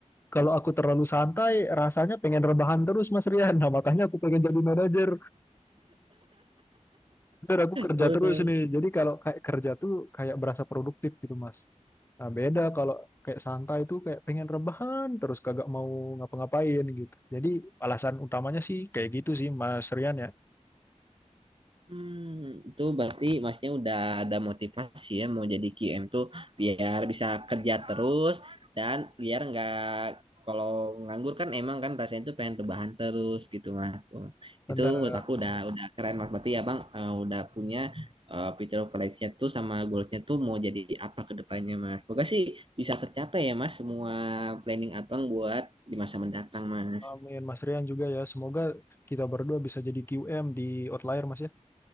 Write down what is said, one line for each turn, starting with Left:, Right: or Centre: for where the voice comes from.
Left: kalau aku terlalu santai, rasanya pengen rebahan terus Mas Rian. Nah, makanya aku pengen jadi manajer. Bener, aku kerja
Right: Lebih
Left: terus nih. Jadi kalau kayak kerja tuh kayak berasa produktif gitu, Mas. Nah, beda kalau kayak santai tuh kayak pengen rebahan terus kagak mau ngapa-ngapain gitu. Jadi alasan utamanya sih kayak gitu sih, Mas Rian ya.
Right: Hmm, itu berarti masnya udah ada motivasi ya mau jadi QM tuh biar bisa kerja terus dan biar nggak kalau nganggur kan emang kan rasanya tuh pengen perubahan terus gitu mas. Oh,
Left: Bener,
Right: Itu menurut aku
Left: Mas
Right: udah
Left: Rian.
Right: udah keren mas. Berarti ya bang eh, udah punya eh, picture of nya tuh sama goalsnya tuh mau jadi apa ke depannya mas. Semoga sih bisa tercapai ya mas semua planning abang buat di masa mendatang mas.
Left: Amin, Mas Rian juga ya. Semoga kita berdua bisa jadi QM di Outlier, Mas ya.